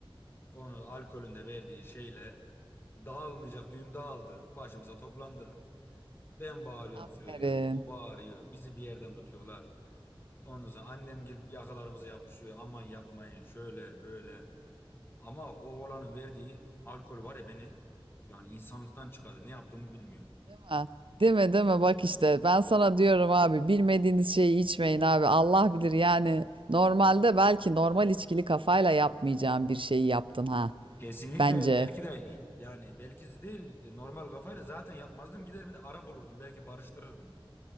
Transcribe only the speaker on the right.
Aferin.
Ha, Değil mi değil mi? Bak işte ben sana diyorum abi bilmediğiniz şeyi içmeyin abi. Allah bilir yani normalde belki normal içkili kafayla yapmayacağın bir şeyi yaptın ha
bence.